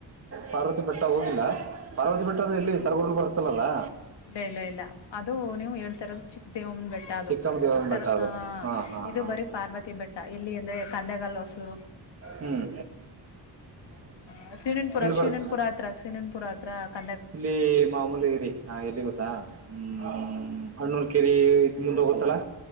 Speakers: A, on the right; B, on the left.
A: ಪಾರ್ವತಿ ಬೆಟ್ಟ ಹೋಗಿಲ್ಲ ಪಾರ್ವತಿ
B: ಹ
A: ಬೆಟ್ಟ ಇಲ್ಲಿ ಸರ್ಗೂರ್ಲ್ಲಿ ಬರ್ತಲ್ಲಾ
B: ಇಲ್ಲ ಇಲ್ಲ ಇಲ್ಲ ಅದು ನೀವು ಹೇಳ್ತರದ ಚಿಕ್ ದೇವನ್ ಬೆಟ್ಟ ಅದು
A: ಚಿಕ್ಕಮ್ಮ ದೇವನ
B: ಸರ್
A: ಬೆಟ್ಟ ಅದು
B: ಅ
A: ಹಾಂ ಹಾಂ
B: ಇದು
A: ಹಾಂ
B: ಬರೀ ಪಾರ್ವತಿ ಬೆಟ್ಟ ಇಲ್ಲಿ ಅಂದ್ರೆ ಕಂದೆಗಲ್ ಸರು
A: ಹ್ಮ್
B: ಹ ಸೀರನ್ಪುರ ಶೀರನ್ಪುರ
A: ಬರ್
B: ಹತ್ರ ಸೀನನ್ಪುರ ಹತ್ರ ಕ
A: ಇಲ್ಲಿ ಮಾಮೂಲಿಗರಿ ಹ ಎಲ್ಲಿ ಗೊತ್ತಾ ಹ್ಮ
B: ಹ್ಮ್
A: ಹಣ್ಣೂಲ್ಕೇರಿ ಹೋಗತ್ತಾ